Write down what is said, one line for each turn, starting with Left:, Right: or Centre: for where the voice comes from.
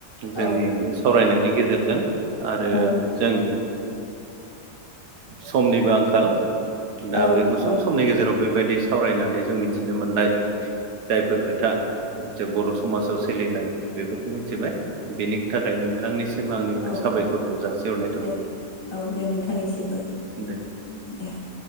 Right: जोंनि
Left: औ
Right: बे सावरायनायनि गेजेरजों आरो
Left: औ
Right: जों समनिबो आंखाल दा
Left: औ
Right: बे गुसुं
Left: औ
Right: समनि गेजेराव बेबायदि सावरायना बे जों मिथिनो मोननाय जायफोर खोथा जे बर' समाजाव सोलिनाय बेफोरखौ मिथिबाय बेनि थाखाय नोंथांनिसिम आं
Left: औ
Right: साबायखरखौ
Left: औ
Right: जासिहरनाय थाबाय।
Left: दे औ दे नोंथांनिसिमबो।
Right: दे
Left: <inaudible>